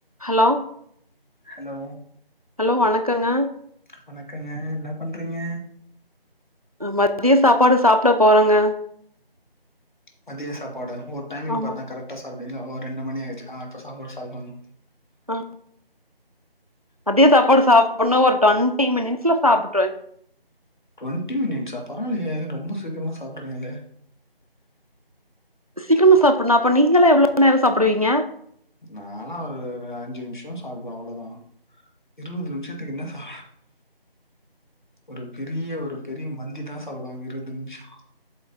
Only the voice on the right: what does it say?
hello
hello வணக்கங்க
மதியோ சாப்பாடு சாப்ட போறங்க
ஆமா
ஆ அதே சாப்பாடு சாப்டனு ஒரு டுவண்ட்டி மினிட்ஸ்ல சாப்டுருவன்
சீக்கிரமா சாப்பிடறனா அப்ப நீங்கெல்லா எவ்ளோ நேரோ சாப்பிடுவீங்க